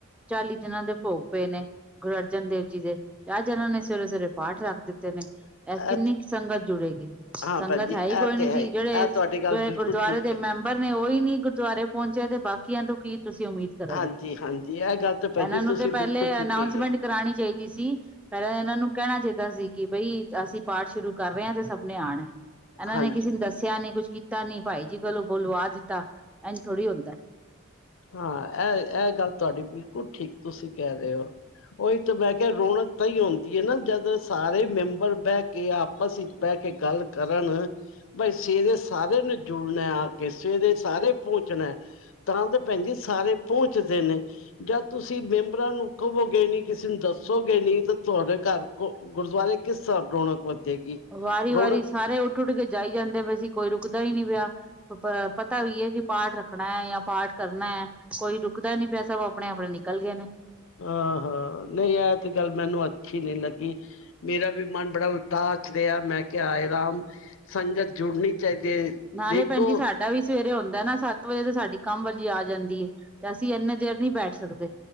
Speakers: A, in the centre; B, on the left.
A: ਚਾਲੀ ਦਿਨਾਂ ਦੇ ਭੋ ਪਏ ਨੇ ਗੁਰੂ ਅਰਜਨ ਦੇਵ ਜੀ ਦੇ ਅੱਜ ਉਹਨਾ ਨੇ ਸਵੇਰੇ-ਸਵੇਰੇ ਪਾਠ ਰੱਖ ਦਿੱਤੇ ਨੇ
B: ਇਹ
A: ਕਿੰਨੀ
B: ਤੇ
A: ਸੰਗਤ ਜੁੜੇਗੀ ਸੰਗਤ
B: ਹਾਂ ਭੈਣ ਜੀ
A: ਹੈ,
B: ਇਹ
A: ਹੀ ਕੋਈ ਨੀ
B: ਤੇ
A: ਸੀ
B: ਹੈ ਹੀ ਇਹ
A: ਜਿਹੜੇ
B: ਤੁਹਾਡੀ ਗੱਲ ਬਿਲਕੁਲ
A: ਗੁਰਦੁਆਰੇ
B: ਠੀਕ
A: ਦੇ
B: ਹੈ
A: ਮੈਂਬਰ ਕੋਈ ਨੀ ਗੁਰਦੁਆਰੇ ਪਹੁੰਚਿਆ ਤੇ ਬਾਕੀਆਂ ਤੋਂ ਕੀ ਤੁਸੀਂ ਉਮੀਦ ਕਰੋਗੇ।
B: ਹਾਂਜੀ ਹਾਂਜੀ ਇਹ ਗੱਲ ਤਾਂ ਭੈਣ
A: ਇਹਨਾਂ
B: ਜੀ
A: ਨੂੰ
B: ਤੁਸੀਂ
A: ਤੇ ਪਹਿਲੇ
B: ਬਿਲਕੁਲ ਠੀਕ
A: ਅਨਾਊਂਸਮੈਂਟ
B: ਕਹੀ ਹੈ
A: ਕਰਾਣੀ ਚਾਹੀਦੀ। ਸੀ। ਪਹਿਲਾਂ ਇਹਨਾਂ ਨੂੰ ਕਹਿਣਾ ਚਾਹੀਦਾ ਸੀ। ਕਿ ਬਈ ਅਸੀਂ ਪਾਠ ਸ਼ੁਰੂ ਕਰ ਰਹੇ ਹਾਂ, ਤੇ ਸਭ ਨੇ ਆਣਾ। ਇਹਨਾਂ
B: ਹਾਂਜੀ
A: ਨੇ ਕਿਸੇ ਨੂੰ ਦੱਸਿਆ ਨੀ ਕੁੱਛ ਕੀਤਾ ਨੀ ਭਾਈ ਜੀ ਕਲੋ ਬੁਲਵਾ ਦਿੱਤਾ। ਇਝ ਥੋੜ੍ਹੀ ਹੁੰਦਾ।
B: ਹਾਂ। ਇਹ-ਇਹ ਗੱਲ ਤੁਹਾਡੀ ਬਿਲਕੁਲ ਠੀਕ ਤੁਸੀਂ ਕਹਿ ਰਹੇ ਹੋ। ਉਹੀ ਤਾਂ ਮੈਂ ਕਿਹਾ- ਰੌਣਕ ਤਾਂ ਹੀ ਆਂਦੀ ਹੈ। ਨਾ ਜਦ ਸਾਰੇ ਮੈਂਬਰ ਬਹਿ ਕੇ ਆਪਸ ਵਿੱਚ ਬਹਿ ਕੇ ਗੱਲ ਕਰਨ ਬਾਈ ਸਵੇਰੇ ਸਾਰੇ ਨੂੰ ਜੁੜਨਾ ਆ ਕੇ ਸਵੇਰੇ ਸਾਰੇ ਪਹੁੰਚਣਾ ਤ ਭੈਣ ਜੀ ਸਾਰੇ ਪਹੁੰਚਦੇ ਨੇ, ਜਾਂ ਤੁਸੀਂ ਮੈਂਬਰਾਂ ਨੂੰ ਕਹਵੋਗੇ ਨੀ, ਕਿਸੇ ਨੂੰ ਦੱਸੋਗੇ ਨੀ, ਤਾਂ ਤੁਹਾਡੇ ਘਰ ਕੋ ਗੁਰਦੁਆਰੇ ਕਿਸ ਹਿਸਾਬ ਰੌਣਕ ਵਧੇਗੀ
A: ਵਾਰੀ-ਵਾਰੀ
B: ਰੌਣਕ
A: ਸਾਰੇ ਉੱਠ-ਉੱਠ ਕੇ ਜਾਈ ਜਾਂਦੇ ਵੈਸੀ। ਕੋਈ ਰੁ ਰੁਕਦਾ ਹੀ ਨਹੀਂ ਪਿਆ। ਪਤਾ ਵੀ ਹੈ ਕਿ ਪਾਠ ਰੱਖਣਾ ਹੈ ਜਾਂ ਪਾਠ ਕਰਨਾ ਹੈ। ਕੋਈ ਰੁਕਦਾ ਨੀ ਪਿਆ, ਸਭ ਆਪਣੇ-ਆਪਣੇ ਨਿਕਲ ਗਏ ਨੇ।
B: ਆਹ! ਹਾਂ, ਨਹੀਂ ਇਹ ਤੇ ਗੱਲ ਮੈਨੂੰ ਅੱਛੀ ਨੀ ਲੱਗੀ। ਮੇਰਾ ਵੀ ਮਨ ਬੜਾ ਉਦਾਸ ਰਿਹਾ। ਮੈਂ ਕਿਹਾ -ਆਏ ਰਾਮ ਸੰਗਤ ਜੁੜਨੀ ਚਾਹੀਦੀ ਹੈ
A: ਨਾਲੇ
B: ਦੇਖੋ
A: ਭੈਣ ਜੀ ਸਾਡਾ ਵੀ ਸਵੇਰੇ ਹੂੰਨ ਨਾ ਸੱਤ ਵਜੇ ਤੇ ਸਾਡੀ ਕੰਮ ਵਾਲੀ ਆ ਜਾਂਦੀ ਏ, ਤੇ ਅਸੀਂ ਇੰਨੇ ਦੇਰ ਨੀ ਬੈਠ ਸਕਦੇ।